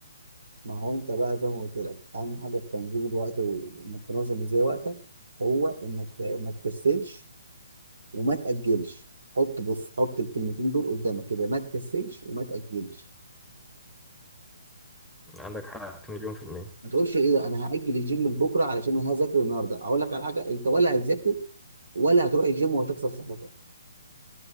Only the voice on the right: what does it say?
ما هو انت بقى زي ما قلت لك اهم حاجه في تنظيم الوقت وانك تنظم ازاي وقتك هو انك ما تكسلش وما تاجلش حط بص حط الكلمتين دول قدامك كده ما تكسلش وما تاجلش
ما تقولش ايه ده انا هاجل الجيم لبكره علشان انا هذاكر النهارده اقول لك على حاجه انت ولا هتذاكر ولا هتروح الجيم وهتكسر صحتك